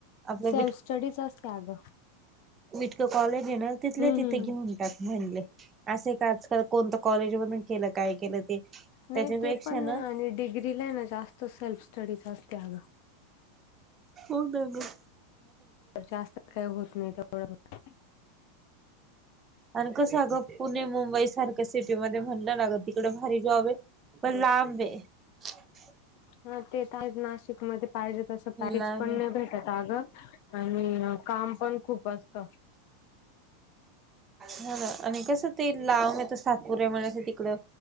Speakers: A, on the right (about 25°); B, on the left (about 60°).
A: आपलं
B: सेल्फ स्टडीच असते अगं.
A: बीटको कॉलेजहेंना तिथले
B: हम्म
A: तिथे
B: हम्म हम्म
A: घेऊन त्यात म्हणंलय असे का आजकाल कोणत कॉलेज मधून केलं काय केलं ते
B: नाही
A: त्याच्यापेक्षा
B: ते पण
A: ना
B: नाही आणि डिग्रीलायनां जास्त सेल्फस्टडीच असत्या अगं.
A: हों गं गं-
B: जास्त काही होत नाही त्यामुळ होत नाय.
A: आणि कस गं पुणे मुंबई सारख्या सिटीमध्ये म्हणलं ना ग तिकडे भारी जॉब येत- पण लाबंये -
B: हां ते तर हायच नाशिकमध्ये पाहिजे तसं पॅकेज
A: लांब
B: पण
A: आहे.
B: नाही भेटत आगं आणि- कामं पण खूप असतं.
A: हों नां आणि कसं ते लांब येत सातपूर हे ते म्हण तिकडं